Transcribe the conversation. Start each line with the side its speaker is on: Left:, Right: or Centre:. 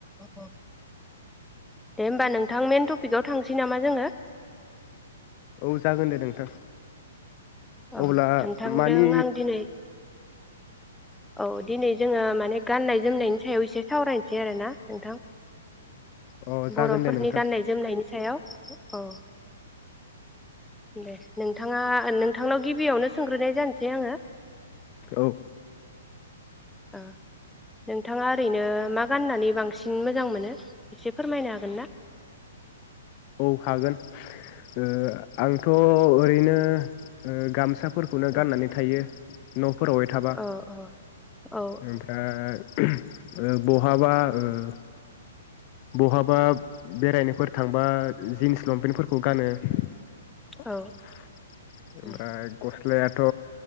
Centre: औ। दे होमबा नोंथां मेन टपिकआव थां सै नामा जोङो?
Left: औ जागोन दे नोंथां।
Centre: अ
Left: अब्ला
Centre: नोंथांदों
Left: मानि
Centre: आं दिनै औ दिनै जोङो मा ने गाननाय जोमनायनि सायाव एसे सावरायनोसै आरो ना नोंथां?
Left: अ जागोन
Centre: बर'फोरनि
Left: दे नोंथां
Centre: गाननाय जोमनायनि सायाव। अह। दे नोंथाङा नों नोंथांनाव गिबियावनो सोंग्रोनाय जानोसै आङो।
Left: औ।
Centre: ओ नोंथाङा ओरैनो मा गाननानै बांसिन मोजां मोनो? एसे फोरमायनो हागोन ना?
Left: औ हागोन ओ आंथ' ओरैनो उम उम गामसा फोरखौनो
Centre: औ
Left: गाननानै थायो। न' फोरावहाय थाबा
Centre: औ औ औ
Left: ओमफ्राय ओ बहाबा ओह बहाबा बेरायनोफोर थांबा जिन्स लंपेन्टफोरखौ गानो। ओमफ्राय
Centre: औ उम
Left: गस गख्लायाथ